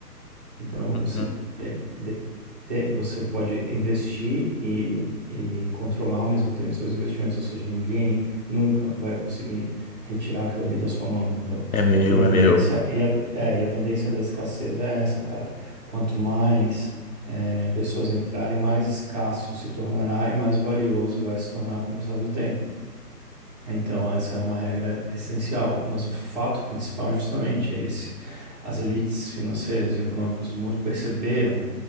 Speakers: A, on the right (about 25°); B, on the left (about 60°).
A: então,
B: Uhum.
A: você, é, de- te- você pode investir e, e controlar ao mesmo tempo seus investimentos, ou seja, ninguém nunca vai conseguir retirar aquilo ali da sua mão, entendeu?
B: É meu,
A: E a
B: é
A: tendência,
B: meu.
A: e a, é, e a tendência da escassez é essa, cara. Quanto mais é, pessoas entrarem, mais escasso se tornará e mais valioso vai se tornar com o passar do tempo. Então, essa é uma regra essencial, mas o fato principal justamente é esse. As elites financeiras e econômicas do mundo perceberam